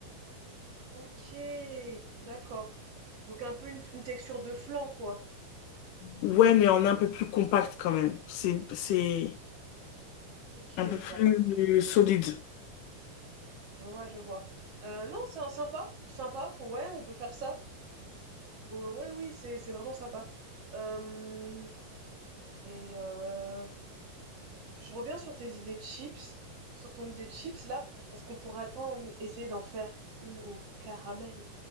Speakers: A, on the right; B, on the left.
A: Ok, d'accord. Donc un peu une, une texture de flan, quoi.
B: Ouais, mais en un peu plus compact quand même. C'est, c'est
A: Ok,
B: un peu
A: je
B: plus
A: vois.
B: solide.
A: Je vois, je vois. Euh, non, c'est un- sympa, sympa. Ouais, on peut faire ça. Euh, ouais, oui, c'est c'est vraiment sympa. Euh, et euh, je reviens sur tes idées de chips, sur ton idée de chips là. Est-ce qu'on pourrait pas en- essayer d'en faire une au caramel?